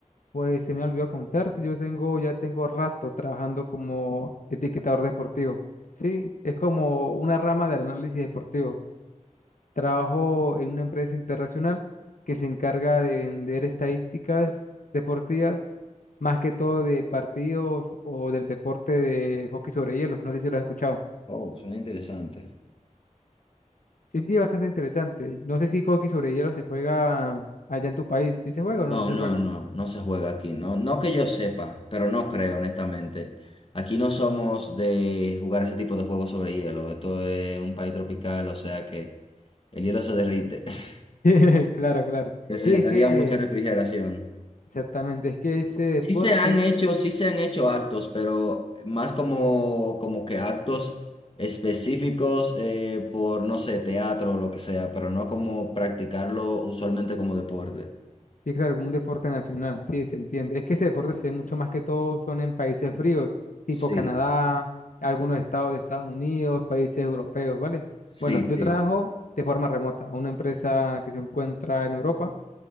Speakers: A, on the left; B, on the left.
A: Pues se me olvidó contarte, yo tengo, ya tengo rato trabajando como etiquetador deportivo. Sí, es como una rama del análisis deportivo. Trabajo en una empresa internacional que se encarga de vender estadísticas deportivas, más que todo de partidos o del deporte de hockey sobre hielo. No sé si lo has escuchado.
B: Oh, suena interesante.
A: Sí, sí, es bastante interesante. No sé si hockey sobre hielo se juega allá en tu país. ¿Sí se juega
B: No,
A: o no, no se
B: no,
A: juega?
B: no, no se juega aquí, no, no que yo sepa, pero no creo, honestamente. Aquí no somos de jugar ese tipo de juegos sobre hielo. Esto es un país tropical, o sea que el hielo se derrite. <laughs>
A: <laughs> Claro, claro.
B: Necesitaría
A: Sí, es que
B: mucha refrigeración.
A: exactamente, es que ese deporte
B: Sí se han hecho, sí se han hecho actos, pero más como, como que actos específicos eh, por, no sé, teatro o lo que sea, pero no como practicarlo usualmente como deporte.
A: Sí, claro, como un deporte nacional, sí, se entiende. Es que ese deporte se ve mucho más que todo son en países fríos, tipo
B: Sí,
A: Canadá, algunos estados de Estados Unidos, países europeos, ¿vale?
B: sí,
A: Bueno, yo
B: sí.
A: trabajo de forma remota a una empresa que se encuentra en Europa